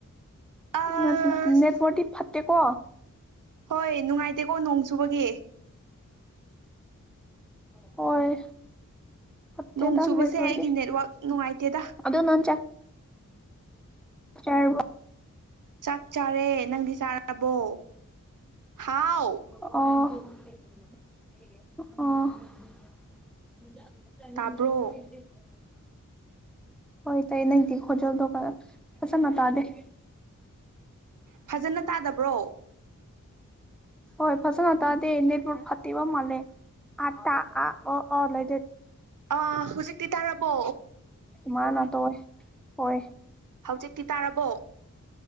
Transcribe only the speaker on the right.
ꯑꯁ
ꯍꯣꯏ ꯅꯨꯡꯉꯥꯏꯇꯦꯀꯣ ꯅꯣꯡ ꯆꯨꯕꯒꯤ
ꯅꯣꯡ ꯆꯨꯕꯁꯦ
ꯑꯩꯒꯤ ꯅꯦꯠꯋꯥꯛ ꯅꯨꯡꯉꯥꯏꯇꯦꯗ
ꯆꯥꯛ ꯆꯥꯔꯦ ꯅꯪꯗꯤ ꯆꯥꯔꯕꯣ ꯍꯥꯎ
ꯇꯥꯕ꯭ꯔꯣ
ꯐꯖꯅ ꯇꯥꯗꯕ꯭ꯔꯣ
ꯑꯥ ꯍꯧꯖꯤꯛꯇꯤ ꯇꯥꯔꯕꯣ
ꯍꯧꯖꯤꯛꯇꯤ ꯇꯥꯔꯕꯣ